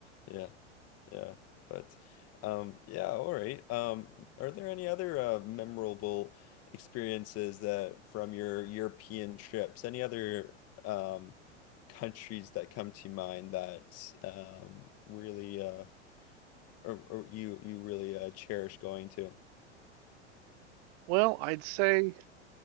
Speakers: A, on the left; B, on the right.
A: yeah. Yeah, but um yeah, all right. Um are there any other uh memorable experiences that from your European trips? Any other um countries that come to mind that um really uh or, or you you really uh cherish going to?
B: Well, I'd say.